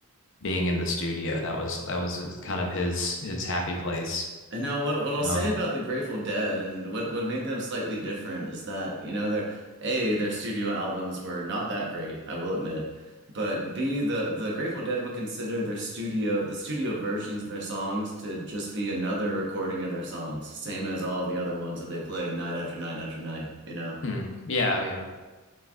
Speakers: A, on the left; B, on the right.
A: being in the studio that was that was kind of his his happy place
B: And now what what I'll
A: um
B: say about the Grateful Dead and what what made them slightly different is that, you know, their A, their studio albums were not that great, I will admit. But B, the the Grateful Dead would consider their studio the studio versions of their songs to just be another recording of their songs, same as all of the other ones that they play night after night after night, you know.
A: hmm, yeah yeah